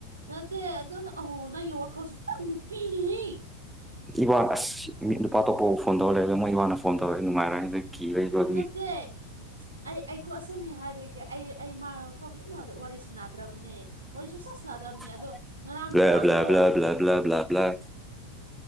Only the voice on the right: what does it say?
ꯅꯠꯇꯦ ꯑꯗꯨ ꯑꯍꯣ ꯅꯪꯒꯤ ꯋꯥꯈꯜꯁꯨ ꯄꯨ ꯅꯨꯄꯤꯅꯤꯍꯦ
ꯅꯠꯇꯦ ꯑꯩ ꯑꯩꯀꯣ ꯑꯁꯦꯝꯃꯤ ꯍꯥꯏꯕꯒꯤ ꯑꯩ ꯑꯩ ꯃꯥꯀꯣ ꯐꯖꯅ ꯋꯥꯔꯤ ꯁꯥꯟꯅꯗ꯭ꯔꯕꯅꯦ ꯋꯥꯔꯤ ꯁꯨꯡꯁꯥ ꯁꯥꯟꯅꯗ꯭ꯔꯕꯅꯦ
ꯑꯗꯣ
ꯉꯔꯥꯡ
ꯅꯨꯡꯗꯥꯡꯗꯣ